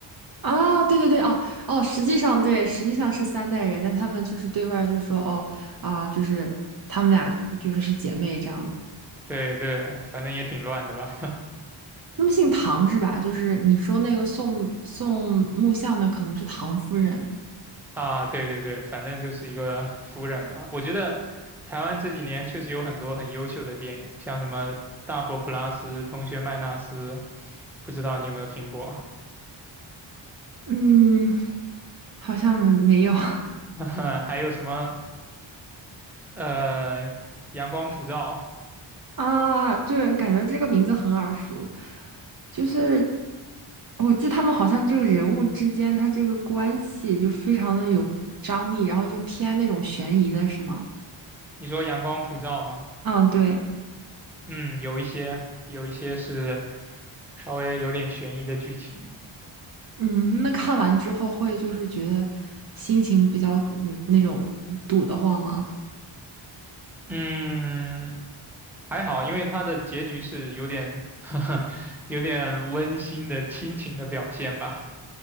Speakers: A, on the right; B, in the centre.
A: 啊？对对对，哦哦，实际上对，实际上是三代人，但他们就是对外就说哦啊，就是他们俩就是是姐妹这样子。
B: 对对，反正也挺乱的吧，
A: 那么姓唐是吧？就是你说那个送送木像的可能是唐夫人，
B: <laughs> 啊，对对对，反正就是一个夫人吧。我觉得台湾这几年确实有很多很优秀的电影，像什么《大佛普拉斯》《同学麦纳斯》，不知道你有没有听过，
A: 嗯，好像没没有。<laughs>
B: <laughs> 还有什么呃《阳光普照》
A: 啊，对，感觉这个名字很耳熟，就是我记得他们好像这个人物之间他这个关系就非常的有张力，然后就偏那种悬疑的，是吗？
B: 你说阳光普照吗？
A: 嗯，对，
B: 嗯，有一些，有一些是稍微有点悬疑的剧情。
A: 嗯，那看完之后会就是觉得心情比较嗯那种堵得慌吗？
B: 嗯，还好，因为它的结局是有点 <laughs> 有点温馨的亲情的表现吧。